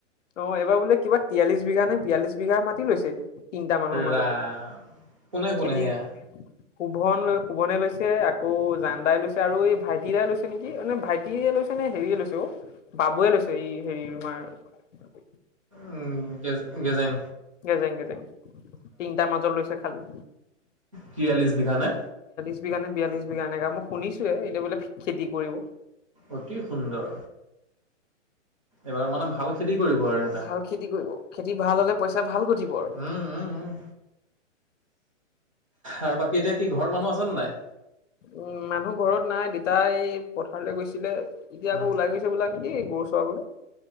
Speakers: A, on the left; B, on the right.
A: অ এইবাৰ বোলে কিবা তিয়াল্লিশ বিঘা নে বিয়াল্লিশ বিঘা মাতি লৈছে। তিনিটা মানুহৰ মাজত
B: ৰাম কোনে কোনে
A: খেতি
B: সেয়া
A: শুভন লৈ শোভনে লৈছে আকৌ জানদাই লৈছে আৰু এই ভাইটি দাই লৈছে নেকি ভাইটি লৈছে। হেৰিয়ে লৈছে অ বাবুৱে লৈছে এই হেৰি তোমাৰ
B: উম গজ গেজং।
A: গেজাইং গেজেং তিনটাৰ মাজত লৈছে খালি।
B: তিয়াল্লিছ বিঘা নে?
A: বিশ বিঘানে বিয়াল্লিশ বিঘা এনেকে মই শুনিছোৱে এনে বোলে খেতি কৰিব।
B: অতি সুন্দৰ এইবাৰ মানে ভাল খেতি কৰিব আৰু সিহঁতে।
A: ভাল খেতি কৰিব খেতি ভাল হলে পইচা ভাল ঘটিব আৰু
B: উম উম উম আৰু বাকী এতিয়া কি ঘৰৰ মানুহ আছেনে নাই?
A: উম মানুহ ঘৰত নাই দেতাই এই পথাৰলৈ গৈছিলে, এতিয়া
B: উম
A: আকৌ ওলাই গৈছে বোলা নেকি? গৰু চৰাবলে।